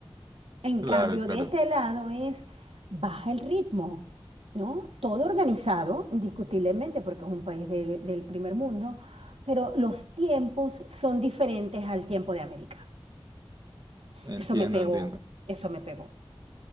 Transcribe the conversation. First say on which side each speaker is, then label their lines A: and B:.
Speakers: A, on the right; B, on the right.
A: En
B: claro,
A: cambio,
B: claro.
A: de este lado es baja el ritmo, ¿no? Todo organizado, indiscutiblemente, porque es un país del, del primer mundo, pero los tiempos son diferentes al tiempo de América.
B: Entiendo,
A: Eso me pegó,
B: entiendo.
A: eso me pegó.